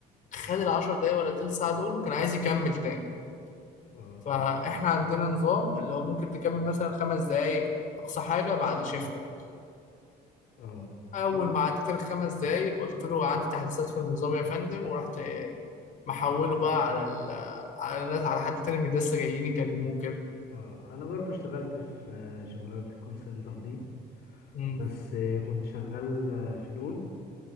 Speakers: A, on the left; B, on the left.
A: خد العشر دقايق ولا تلت ساعه دول وكان عايز يكمل تاني
B: اه
A: فاحنا
B: فاهم
A: عندنا نظام اللي هو ممكن تكمل مثلا خمس دقايق اقصى حاجه بعد شيفتك
B: اه
A: اول
B: انا
A: ما عديت الخمس دقايق قلت له عندي تحديثات في النظام يا فندم ورحت محوله بقى على ال على الناس على حد تاني من لسه جايين يكلموه كده
B: اه انا برضو اشتغلت في آه، شغلانة الكول سنتر دي
A: امم
B: بس آه، كنت شغال آه، في نون